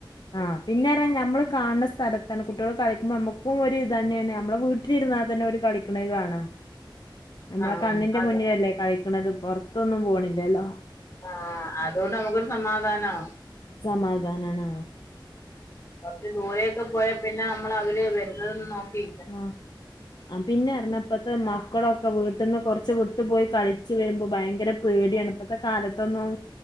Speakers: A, on the left (about 55°); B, on the left (about 35°).
A: ആഹ് പിന്നെ അ നമ്മള് കാണ ണ സ്ഥലത്താണ് കുട്ടികൾ കളിക്കുമ്പോ നമ്മുക്കും ഒരു ഇത് തന്നെയാണ് നമ്മളെ വീട്ട ൽഇരുന്നാൽ തന്നെ അവര് കളിക്കുന്നത് കാണാം നമ്മളെ
B: ആഹ്
A: കണ്ണിന്റെ
B: അതെ
A: മുന്നിലല്ലേ കളിക്കണുന്നത് പുറത്തൊന്നും പോണില്ലല്ലോ
B: ആഹ് അതുകൊണ്ട് നമുക്കൊരു സമാധാനം
A: സമാധാനാണ്
B: കുറച്ച് ദൂരെയൊക്കെ പോയാൽ പിന്നെ നമ്മള് അവര് വരുന്നതും ന്നോക്കി
A: ആഹ് ആഹ് പിന്നെ പറഞ്ഞ ഇപ്പത്തെ മക്കളൊക്കെ വീട്ടിൽന്ന് കൊറച്ച് വിട്ട് പോയി കളിച്ചു വരുമ്പോ ഭയങ്കര പേടിയാണ്പ്പ ഇപ്പത്തെ കാലത്തൊന്നും